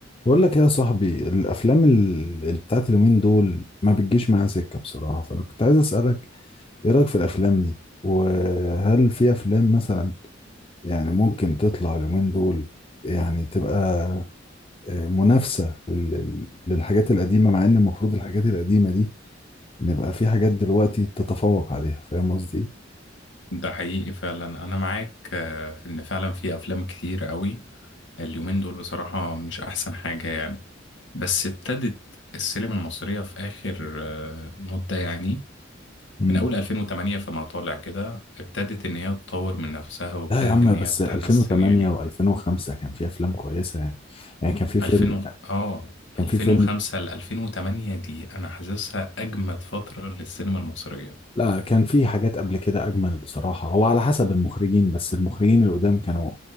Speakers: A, on the left; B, on the left.
A: بقول لك إيه يا صاحبي الافلام ال- ال- بتاعت اليومين دول ما بتجيش معايا سكه بصراحه فانا كنت عايز اسالك ايه رايك في الافلام دي وهل في افلام مثلا يعني ممكن تطلع اليومين دول يعني تبقى آه، منافسه لل- للحاجات القديمه مع ان المفروض الحاجات القديمه دي نبقى في حاجات دلوقتي تتفوق عليها فاهم قصدي إيه؟
B: ده حقيقي فعلا انا معاك آه، في ان فعلا في افلام كتير قوي اليومين دول بصراحة مش احسن حاجة يعني بس ابتدت السينما المصرية في اخر آه، مدة يعني
A: امم
B: من اول 2008 فما طالع كده ابتدت ان هي تطور من نفسها وابتدت
A: لا يا عم
B: ان هي
A: بس
B: تتحسن
A: 2008
B: يعني
A: و2005 كان في افلام كويسه يعني يعني كان في فيلم
B: 2000 و... اه
A: كان
B: 2005
A: في فيلم
B: ل 2008 دي انا حاسسها اجمد فترة للسينما المصرية
A: لا كان في حاجات قبل كده اجمل بصراحه هو على حسب المخرجين بس المخرجين القدام كانوا